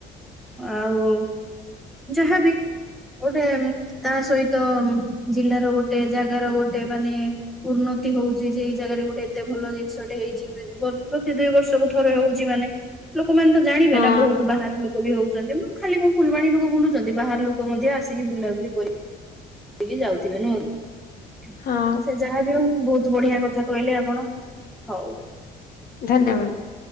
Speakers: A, in the centre; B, on the left (about 60°).
A: ଆଉ ଯାହା ବି ଗୋଟେ ତା ସହିତ ଜିଲ୍ଲାର ଗୋଟେ ଜାଗାର ଗୋଟେ ମାନେ ଉନ୍ନତି ହ ହଉଛି ଯେ ଏଇ ଜାଗାରେ ଗୋଟେ ଏତେ ଭଲ ଜିନିଷଟେ ହେଇଛି ପ ପ୍ରତି ଦୁଇ ବର୍ଷକୁ ଥରେ ହଉଛି ମାନେ ଲୋକମାନେ ତ ଜାଣିବେ
B: ହଁ
A: ନା ବହୁତ ବାହାରୁ ଲୋକ ବି ହଉଛନ୍ତି ନା। ଖାଲି କଣ ଫୁଲବାଣୀ ଲୋକ ବୁଲୁଛନ୍ତି ବାହାର ଲୋକ ମଧ୍ୟ ଆସିକି ବୁଲାବୁଲି କରି କି ଯାଉଥିବେ ନୁହ କି।
B: ହଁ
A: ସେ ଯାହା ବି ହଉ ବହୁତ ବଢିଆ କଥା କହିଲେ ଆପଣ ହଉ।
B: ଧନ୍ୟବାଦ।